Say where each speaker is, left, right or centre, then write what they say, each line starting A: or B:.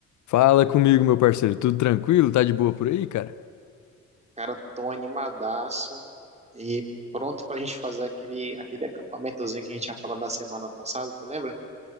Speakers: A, on the left; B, on the right.
A: Fala comigo, meu parceiro. Tudo tranquilo? Tá de boa por aí, cara?
B: Cara, tô animadaço e pronto pra gente fazer aquele, aquele acampamentozinho que a gente tinha falado na semana passada, tu lembra?